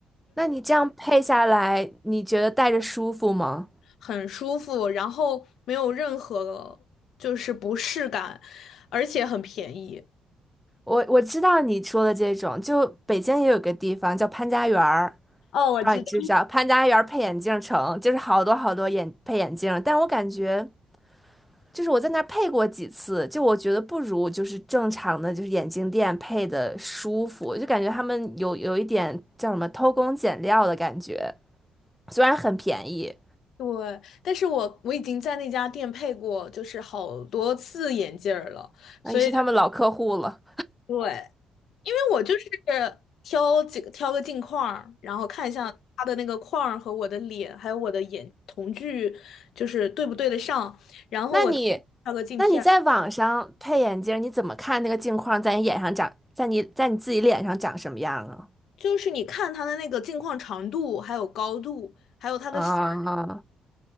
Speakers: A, in the centre; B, on the left.
A: 那你这样配下来，你觉得戴着舒服吗？
B: 很舒服，然后没有任何就是不适感，而且很便宜。
A: 我我知道你说的这种，就北京也有个地方叫潘家园儿，
B: 哦，我知道。
A: 不知道你知不知道？潘家园儿配眼镜城，就是好多好多眼配眼镜儿但我感觉就是我在那儿配过几次，就我觉得不如就是正常的就是眼镜店配的舒服，就感觉他们有有一点叫什么偷工减料的感觉，虽然很便宜，
B: 对，但是我我已经在那家店配过，就是好多次眼镜儿了，
A: 那、
B: 所以就
A: 你是他们老客户了。
B: 对，因为我就是挑几个挑个镜框儿然后看一下它的那个框儿和我的脸，还有我的眼瞳距，就是对不对得上，然后我再挑个镜片儿
A: 那你，那你在网上配眼镜儿你怎么看那个镜框在你眼上长，在你在你自己脸上长什么样啊？
B: 就是你看它的那个镜框长度，还有高度，还有它的显。
A: 啊，